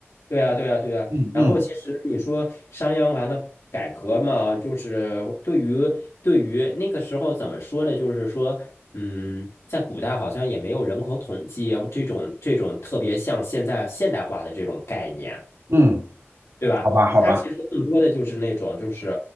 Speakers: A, on the left (about 80°); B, on the right (about 85°).
A: 对啊，对啊，对啊。
B: 嗯嗯
A: 然后其实你说商鞅完了改革嘛，就是对于对于那个时候怎么说呢？就是说，嗯，在古代好像也没有人口统计这种这种特别像现在现代化的这种概念。
B: 嗯，
A: 对吧？
B: 好吧好吧。
A: 它其实更多的就是那种就是